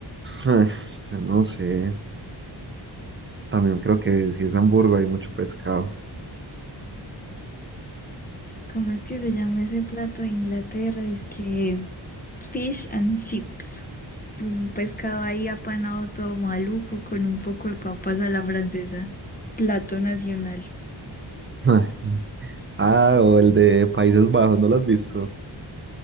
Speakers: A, on the right; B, on the left.
A: Ah, Yo no sé. También creo que si es Hamburgo hay mucho pescado. <laughs>
B: ¿Cómo es que se llama ese plato de Inglaterra? Dice Fish and chips. Un pescado ahí apanado todo maluco con un poco de papas a la francesa. Plato nacional.
A: Ah, ah, o el de Países Bajos, ¿no lo has visto?